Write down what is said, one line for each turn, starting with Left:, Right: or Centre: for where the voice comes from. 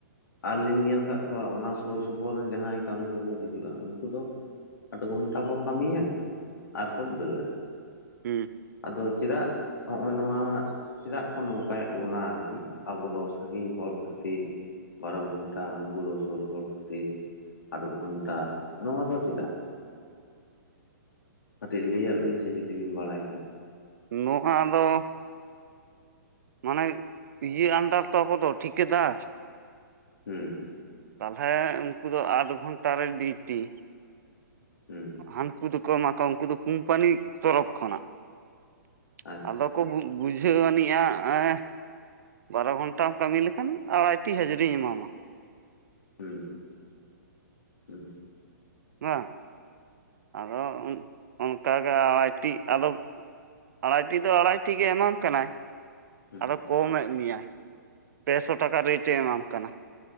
Left: ᱟᱨᱞᱤᱧ ᱧᱮᱞ ᱟᱠᱟᱫ ᱠᱚᱣᱟ ᱚᱱᱟ ᱥᱩᱨ ᱥᱩᱯᱩᱨ ᱨᱮᱱ ᱡᱟᱦᱟᱸᱭ ᱠᱟᱹᱢᱤ ᱠᱚᱠᱚ ᱦᱤᱡᱩᱜᱼᱟ ᱩᱱᱠᱩ ᱫᱚ ᱟᱴ ᱜᱷᱚᱱᱴᱟ ᱠᱚ ᱠᱟᱹᱢᱤᱭᱟ ᱟᱨ ᱠᱚ ᱫᱟᱹᱲᱟ᱾
Right: ᱦᱮᱸ᱾
Left: ᱟᱫᱚ ᱪᱮᱫᱟᱜ ᱡᱚᱸᱜ-ᱚᱭ ᱱᱚᱣᱟ ᱪᱮᱫᱟᱜ ᱠᱚ ᱱᱚᱝᱠᱟᱭᱮᱫ ᱵᱚᱱᱟ ᱟᱨᱠᱤ, ᱟᱵᱚ ᱫᱚ ᱥᱟᱺᱜᱤᱧ ᱦᱚᱲ ᱠᱷᱟᱹᱛᱤᱨ ᱵᱟᱨᱚ ᱜᱷᱚᱱᱴᱟ, ᱩᱱᱠᱩ ᱫᱚ ᱥᱩᱨ ᱦᱚᱲ ᱠᱷᱟᱹᱛᱤᱨ ᱟᱴ ᱜᱷᱚᱱᱴᱟ᱾ ᱱᱚᱣᱟ ᱫᱚ ᱪᱮᱫᱟᱜ? ᱠᱟᱹᱴᱤᱡ ᱞᱟᱹᱭᱟᱜ ᱵᱤᱱ ᱥᱮ ᱡᱩᱫᱤ ᱵᱤᱱ ᱵᱟᱲᱟᱭ ᱠᱷᱟᱱ᱾
Right: ᱱᱚ-ᱟ ᱫᱚ ᱢᱟᱱᱮ ᱤᱭᱟᱹ ᱟᱱᱰᱟᱨ ᱛᱚ ᱟᱵᱚ ᱫᱚ ᱴᱷᱤᱠᱟᱹᱫᱟᱨ ᱾
Left: ᱦᱮᱸ ᱾
Right: ᱛᱟᱦᱚᱞᱮ ᱩᱱᱠᱩ ᱫᱚ ᱟᱴ ᱜᱷᱚᱱᱴᱟ ᱨᱮ ᱰᱤᱭᱩᱴᱤ ᱾
Left: ᱦᱩᱸ
Right: ᱦᱟᱹᱱᱠᱩ ᱫᱚᱠᱚ ᱮᱢᱟ ᱠᱚᱣᱟ ᱩᱱᱠᱩ ᱫᱚ ᱠᱳᱢᱯᱟᱱᱤ ᱛᱚᱨᱚᱯᱷ ᱠᱷᱚᱱᱟᱜ <inaudible>
Left: ᱟᱪᱪᱷᱟ
Right: ᱟᱫᱚ ᱠᱚ ᱵᱩᱡᱷᱟᱹᱣ ᱟᱹᱱᱤᱡ-ᱟ ᱮ <inaudible> ᱵᱟᱨᱚ ᱜᱷᱚᱱᱴᱟᱢ ᱠᱟᱹᱢᱤ ᱞᱮᱠᱷᱟᱱ ᱟᱲᱟᱭᱴᱤ ᱦᱟᱡᱨᱤᱧ ᱮᱢᱟᱢᱟ ᱾
Left: ᱦᱮᱸ ᱦᱮᱸ ᱾ <inaudible>
Right: ᱵᱟᱝ <inaudible> ᱟᱫᱚ ᱩᱱ ᱚᱱᱠᱟᱜᱮ ᱟᱲᱟᱭᱴᱤ ᱟᱫᱚ <inaudible> ᱟᱲᱟᱭᱴᱤ ᱫᱚ ᱟᱲᱟᱭᱴᱤ ᱜᱮ ᱮᱢᱟᱢ ᱠᱟᱱᱟᱭ ᱾
Left: ᱦᱩᱸ
Right: ᱟᱫᱚ ᱠᱚᱢᱮᱫ ᱢᱮᱭᱟᱭ <inaudible> ᱯᱮᱥᱚ ᱴᱟᱠᱟ ᱨᱮᱹᱴ ᱮ ᱮᱢᱟᱢ ᱠᱟᱱᱟ ᱾